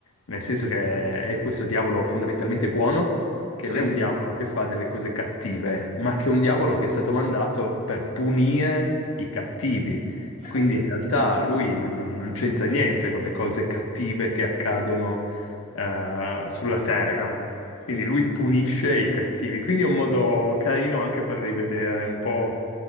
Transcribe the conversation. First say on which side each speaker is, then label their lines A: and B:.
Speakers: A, on the left; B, on the left.
A: nel senso che è questo diavolo fondamentalmente buono, che
B: Sì.
A: non è un diavolo che fa delle cose cattive, ma che è un diavolo che è stato mandato per punire i cattivi.
B: <laughs>
A: Quindi in realtà lui non, non c'entra niente con le cose cattive che accadono eh, sulla terra.
B: Sì,
A: Quindi lui punisce i cattivi. Quindi è un modo carino anche per rivedere un po',